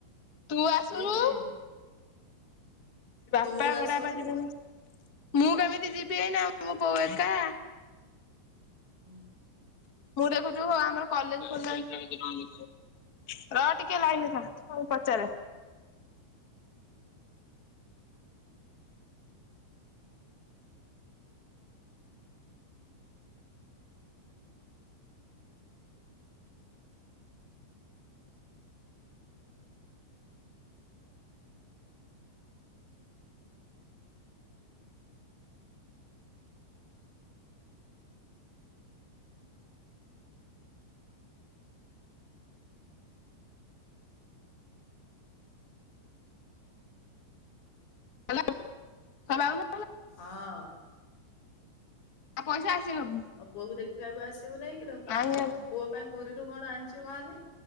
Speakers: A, on the left (about 50°); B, on the left (about 65°).
A: ତୁ ଆସୁନୁ।
B: କିଏ କିଏ
A: ବାପା
B: ତୁ ଆସୁନୁ
A: ବଡବାପା ଯିବେ ନା ମୁଁ କେମିତି ଯିବି ଏଇନା ମୋ ବୋଉ ଏକା।
B: ହୁଁ।
A: ମୁଁ ଦେଖୁଛୁ ଆମର କଲେଜ ଖୋଲିଲା ରହ ଟିକେ ଲାଇନ ରେ ଥା ପଚାରେ। ହେଲା ଆଉ ତାହାଲେ ଆଉନ।
B: ହଁ।
A: ଆଉ ପଇସା ଆସିଲେ ନବୁ।
B: ଆଉ ପୁଅ କୁ ଦେଖିବାକୁ ଆସିବୁନା କିଲୋ
A: ନାଇଁ
B: ମୋ ପୁଅ ପାଇଁ ପୁରୀରୁ କଣ ଆଣିଛୁ କହନି?